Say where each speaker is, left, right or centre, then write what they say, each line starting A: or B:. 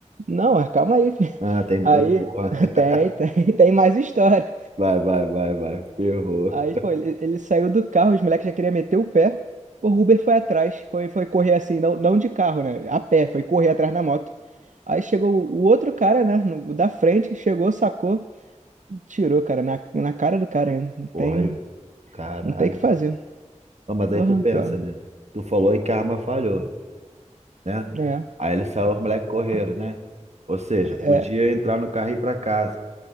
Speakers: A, on the right; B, on the right.
A: Não, calma aí, filho.
B: Ah, tem.
A: Aí
B: Ei, porra.
A: <laughs>
B: <laughs>
A: tem, tem, tem mais história.
B: Vai, vai, vai, vai. Ferrou.
A: Aí, pô, ele, ele saiu do carro, os moleques já queriam meter o pé. Pô, O Uber foi atrás, foi, foi correr assim, não, não de carro, né? A pé, foi correr atrás na moto. Aí chegou o outro cara, né? no- O da frente, chegou, sacou, tirou, cara, na, na cara do cara ainda. Não tem,
B: Porra, aí. Caralho,
A: não tem o que fazer.
B: mano. Ah, Mas
A: Porra,
B: aí tu pensa,
A: ó,
B: né? Tu falou e karma falhou, né?
A: é,
B: Aí ele saiu, os moleques correram, né? Ou seja,
A: é.
B: podia
A: é.
B: entrar no carro e ir pra casa.